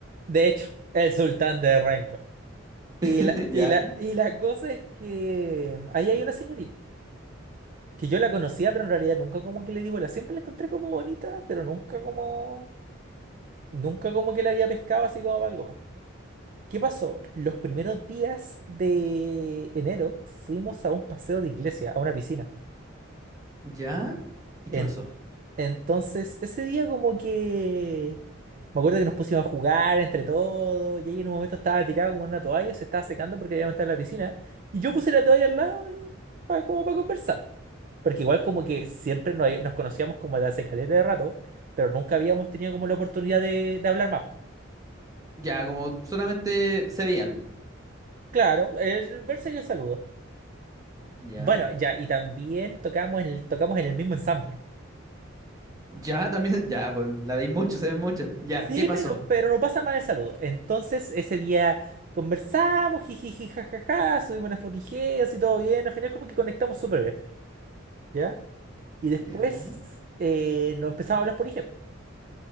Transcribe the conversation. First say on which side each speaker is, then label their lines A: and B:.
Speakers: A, on the right (about 40°); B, on the right (about 20°).
A: de hecho, <laughs> el sultán de Rengo. Y
B: <laughs>
A: la, y
B: Ya,
A: la, y la cosa es que ahí hay una señorita, que yo la conocía, pero en realidad nunca como que le di bola. Siempre la encontré como bonita, pero nunca como... Nunca como que la había pescado así como para algo más. ¿Qué pasó? Los primeros días de enero fuimos a un paseo de iglesia, a una piscina.
B: ya. ¿Y
A: En-
B: qué pasó?
A: entonces, ese día como que... Me acuerdo que nos pusimos a jugar entre todos. Y ella en un momento estaba tirada como en una toalla, se estaba secando porque había estar en la piscina. Y yo puse la toalla al lado y pa- como para conversar. Porque igual como que siempre nos, nos conocíamos como de hace caleta de rato, pero nunca habíamos tenido como la oportunidad de, de hablar más.
B: Ya, como solamente se veían.
A: Claro, el verse y el saludo.
B: Ya,
A: Bueno, ya, y también tocamos en el, tocamos en el mismo ensamble.
B: ya, también, <laughs> ya, pues la veis mucho, se ven mucho. Ya,
A: Sí,
B: ¿qué pasó?
A: pero, pero no pasa mal el saludo. Entonces, ese día conversamos, jijiji, jajaja, subimos unas fotijeas y todo bien. Al final, como que conectamos súper bien, ¿ya? Y después
B: Ya.
A: eh, nos empezamos a hablar por IG.